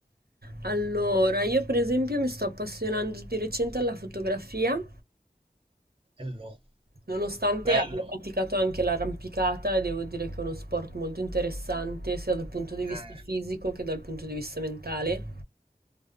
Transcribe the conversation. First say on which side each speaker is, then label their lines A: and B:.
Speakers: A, on the right; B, on the right.
A: Allora, io per esempio mi sto appassionando di recente alla fotografia
B: Bello,
A: Nonostante
B: bello.
A: abbia praticato anche l'arrampicata, devo dire che è uno sport molto interessante sia dal punto di vista
B: Eh.
A: fisico che dal punto di vista mentale.